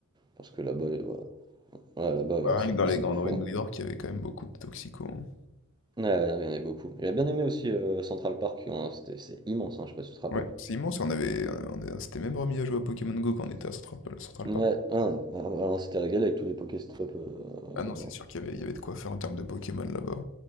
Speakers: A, on the right; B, on the left.
A: Parce que là-bas, euh, voilà. Ouais, là-bas
B: Bah,
A: ouais, c'est
B: rien que
A: des,
B: dans les
A: c'est
B: grandes
A: des fous.
B: rues de
A: hein.
B: New York, il y avait quand même beaucoup de toxicos, hein.
A: Ouais, ouais, il y en avait beaucoup. J'ai bien aimé aussi euh, Central Park, hein, c'était, c'est immense, hein, je sais pas si tu te rappelles.
B: Ouais, c'est immense, on avait on on s'était même remis à jouer à Pokémon Go quand on était à Central Central
A: Ouais,
B: Park.
A: ouais, ouais, ouais, on s'était régalé avec tous les Pokéstops euh,
B: Ah non,
A: là-bas.
B: c'est sûr qu'il y avait il y avait de quoi faire en termes de Pokémon là-bas.